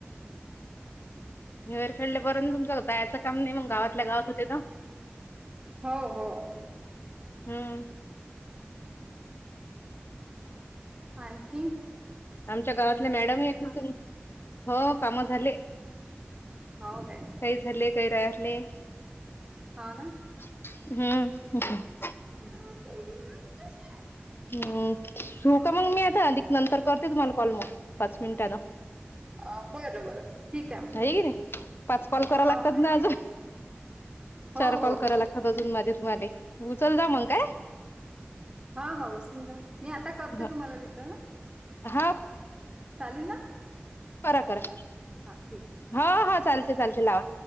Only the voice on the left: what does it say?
म हेर खेडल्यापर्यंत तुमच कायचं काम नाही मंग गावातल्या गावात होते ना.
हम्म.
आमच्या गावातले मॅडम आहे तुम्ही हो काम झाले.
काही झाले काहीरा अरले.
हम्म.
हम्म ठेवू का मग मी आता अधिक नंतर करते तुम्हाला कॉल मग पाच मिनिटांनं.
होय की नाही पाच कॉल करा लागतात
ना अजून.
चार कॉल
करायला लागतात अजून माझे तुम्हाले उचल जा मंग काय.
हा
हा
करा करा
हा हा चालते चालते लावा.